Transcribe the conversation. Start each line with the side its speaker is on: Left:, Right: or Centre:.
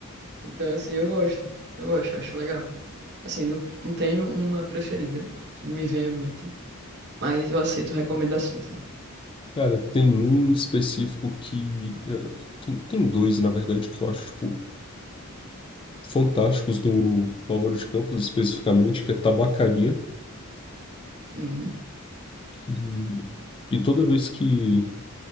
Right: Então, assim, eu gosto. Eu gosto, eu acho legal. Assim, não, não tenho uma preferida que me venha à mente, mas eu aceito recomendações aí.
Left: Cara, tem um específico que. é, Tem, tem dois, na verdade, que eu acho, tipo, fantásticos do, do Álvaro de Campos, especificamente, que é tabacaria.
Right: Hum.
Left: E, e toda vez que.